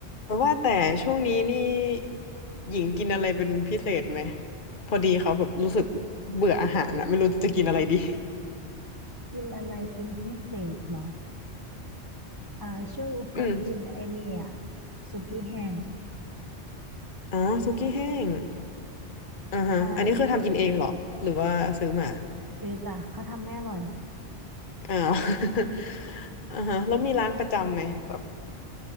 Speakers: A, on the left; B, on the right.
A: แต่ว่าแต่ช่วงนี้นี่หญิงกินอะไรเป็นพิเศษไหมพอดีเขาแบบรู้สึกเบื่ออาหารอะไม่รู้จะกินอะไรดี
B: กินอะไรเป็นพิเศษเหรออ่าช่วงนี้เขากินไอ้นี่อ่ะ
A: อืม
B: สุกี้แห้ง
A: อ๋อสุกี้แห้งอ่าฮะอันนี้คือทำกินเองเหรอหรือว่าซื้อมา
B: ได้ซื้อจ้ะเขาทำไม่อร่อย
A: อ้าว <laughs> อ่าฮะแล้วมีร้านประจำไหมแบบ